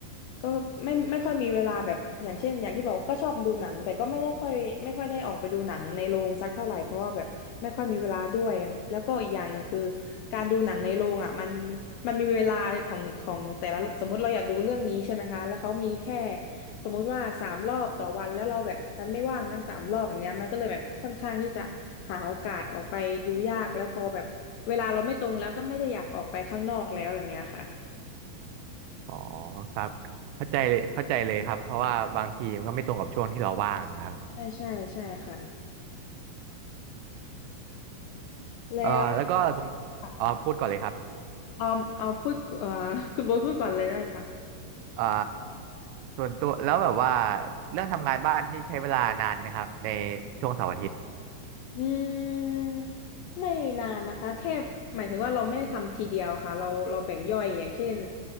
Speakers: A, on the left (about 80°); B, on the right (about 80°).
A: ก็ไม่ไม่ค่อยมีเวลาแบบอย่างเช่นอย่างที่บอกก็ชอบดูหนังแต่ก็ไม่ได้ค่อยไม่ค่อยได้ออกไปดูหนังในโรงสักเท่าไหร่เพราะว่าแบบไม่ค่อยมีเวลาด้วยแล้วก็อีกอย่างหนึ่งคือการดูหนังในโรงอ่ะมันมันมีเวลาของของแต่ละสมมุติเราอยากดูเรื่องนี้ใช่ไหมคะแล้วเขามีแค่สมมุติว่าสามรอบต่อวันแล้วเราแบบดันไม่ว่างนั่งสามรอบแบบเนี้ยมันก็เลยแบบค่อนข้างที่จะหาโอกาสออกไปดูยากแล้วพอแบบเวลาเราไม่ตรงแล้วก็ไม่ได้อยากออกไปข้างนอกแล้วอย่างเงี้ยค่ะ
B: อ๋อครับเข้าใจเลยเข้าใจเลยครับเพราะว่าบางทีมันก็ไม่ตรงกับช่วงที่เราว่างครับ
A: ใช่ใช่ใช่ค่ะ แล้ว
B: เอ่อแล้วก็ตรง
A: ค่ะ
B: อ๋อพูดก่อนเลยครับ
A: เอาเอาพูดเอ่อ <laughs> คุณโบ๊ทพูดก่อนเลยได้ค่ะ
B: เอ่อส่วนตัวแล้วแบบว่าเรื่องทำงานบ้านนี่ใช้เวลานานไหมครับในช่วงเสาร์อาทิตย์
A: อืมไม่นานนะคะแค่หมายถึงว่าเราไม่ได้ทำทีเดียวค่ะเราเราแบ่งย่อยอย่างเช่น